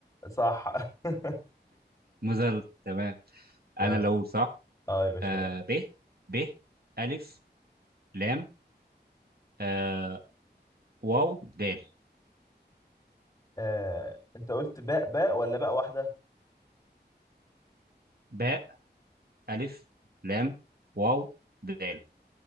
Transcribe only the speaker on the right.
ما زلت تمام انا
اللي اقول صح
آه ب ب الف لام آه واو دال
باء الف لام واو دال